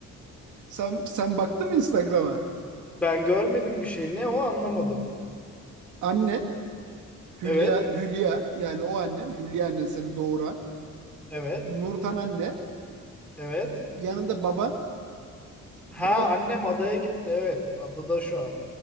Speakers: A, on the right; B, in the centre.
A: Sen, sen baktın mı Instagram'a?
B: Ben görmedim bir şey. Ne o anlamadım.
A: Annen Hülya
B: Evet.
A: Hülya yani o annen Hülya annen seni doğuran
B: Evet.
A: Nurten anne
B: Evet.
A: yanında baban
B: Ha
A: baban
B: annem adaya gitti. Evet. Adada şu an.